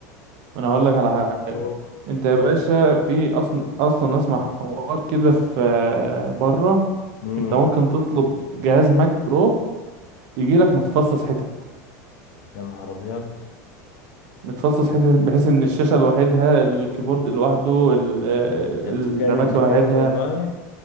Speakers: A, on the right (about 45°); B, on the left (about 70°).
A: انا هقول لك على حاجه
B: أوف.
A: انت يا باشا في اصلا اصلا اسمع حوار كده في آه، بره
B: مم.
A: انت ممكن تطلب جهاز ماك برو يجي لك متفصص حتت
B: يا نهار أبيض
A: متفصص حتت بحيث ان الشاشه لوحدها الكيبورد لوحده ال- آه،
B: أنت بتتكلم
A: الرامات
B: بجد
A: لوحدها
B: والله